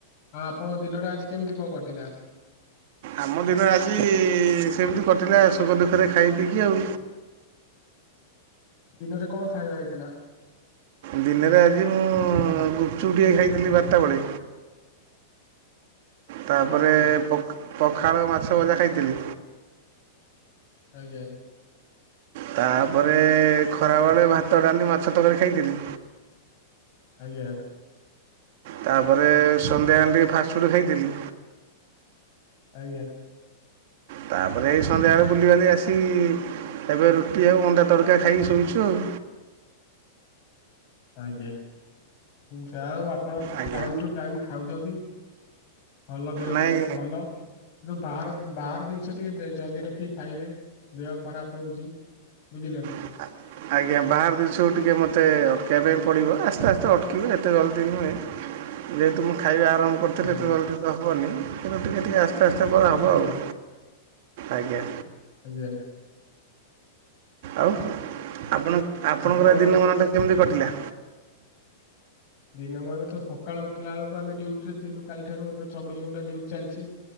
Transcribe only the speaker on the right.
ଆମ ଦିନ ଆଜି ସେମିତି କଟିଲା ଶଖ ଦୁଃଖରେ ଖାଇ ପିଇକି ଆଉ।
ଦିନରେ ଆଜି ମୁଁ ଗୁପଚୁପ୍ ଟିକେ ଖାଇଥିଲି ବାରଟା ବେଳେ ତାପରେ
<unintelligible> ପଖାଳ ମାଛ ଭଜା ଖାଇଥିଲି
ତାପରେ ଖରାବେଳେ ଭାତ, ଡାଲି, ମାଛ, ତରକାରୀ ଖାଇଥିଲି।
ତାପରେ ସନ୍ଧ୍ୟା ବେଳେ ଟିକେ <unintelligible> ଫାଷ୍ଟଫୁଡ଼୍ ଖାଇଦେଲି।
ତାପରେ ସନ୍ଧ୍ୟାବେଳେ ବୁଲିବାଲି ଆସି ଏବେ ରୁଟି ଆଉ ଅଣ୍ଡା ତଡ଼କା ଖାଇକି ଶୋଇଛୁ ଆଉ।
ଆଜ୍ଞା
ନାଇଁ
<unintelligible> ଆଜ୍ଞା ବାହାର ଦେଶ କୁ ଟିକିେ ମୋତେ ଅଟକାଇବା ପାଇଁ ପଡ଼ିବ ଆସ୍ତେ-ଆସ୍ତେ ଅଟକିବ ଏତେ ଜଲ୍ଦି ନୁହେଁ ଯେହେତୁ ମୁଁ ଖାଇବା ଆରମ୍ଭ କରୁଥିଲେ
ଏତେ ଜଲ୍ଦି ତ ହବନି କିନ୍ତୁ ଟିକେ-ଟିକିେ ଆସ୍ତେ-ଆସ୍ତେ କରାହବ
ଆଉ, ଆଜ୍ଞା।
ଆଉ ଆପଣ ଆପଣଙ୍କର
ଦିନ ମନାଟା କେମିତି କଟିଲା?